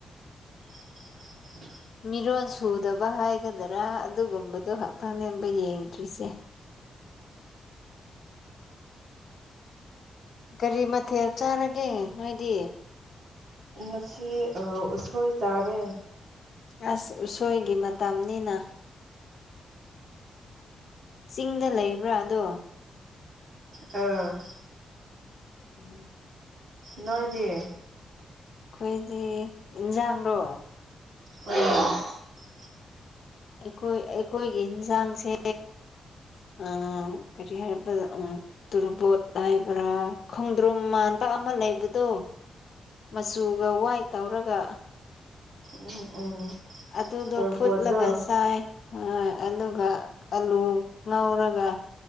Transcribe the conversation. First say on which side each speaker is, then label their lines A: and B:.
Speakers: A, on the right (about 65°); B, on the left (about 60°).
A: <inaudible>
B: ꯃꯤꯔꯣꯟ ꯁꯨꯗꯕ ꯍꯥꯏꯒꯗꯔꯥ ꯑꯗꯨꯒꯨꯝꯕꯗꯨꯣ ꯈꯥꯛꯇꯪ ꯅꯦꯕ ꯌꯦꯡꯗ꯭ꯔꯤꯁꯦ ꯀꯔꯤ ꯃꯊꯦꯜ ꯆꯥꯔꯒꯦ ꯅꯣꯏꯗꯤ
A: ꯉꯁꯤ ꯑꯥ ꯎꯁꯣꯏ ꯆꯥꯔꯦ
B: ꯑꯁ ꯎꯁꯣꯏꯒꯤ ꯃꯇꯝꯅꯤꯅ ꯆꯤꯡꯗ ꯂꯩꯕ꯭ꯔꯥ ꯑꯗꯣ
A: ꯎꯝ
B: ꯎꯝ
A: ꯅꯣꯏꯗꯤ
B: ꯑꯩꯈꯣꯏꯗꯤ ꯏꯟꯖꯥꯡꯗꯣ
A: <inaudible>
B: ꯑꯩꯈꯣꯏ ꯑꯩꯈꯣꯏꯒꯤ ꯌꯦꯟꯁꯥꯡꯁꯦ ꯑꯥ ꯀꯔꯤ ꯍꯥꯏꯕ ꯇꯨꯔꯕꯣꯠ ꯍꯥꯏꯕ꯭ꯔꯥ ꯈꯣꯡꯗ꯭ꯔꯨꯝ ꯃꯥꯟ ꯕꯥ ꯑꯃ ꯂꯩꯕꯗꯣ ꯃꯆꯨꯒ ꯋꯥꯏꯠ ꯇꯧꯔꯒ
A: ꯎꯝ ꯎꯝ
B: ꯑꯗꯨꯗꯣ
A: ꯇꯣꯔꯕꯣꯠꯗꯣ
B: ꯐꯨꯠꯂꯒ ꯆꯥꯏ ꯍꯣꯏ ꯑꯗꯨꯒ ꯑꯂꯨ ꯉꯧꯔꯒ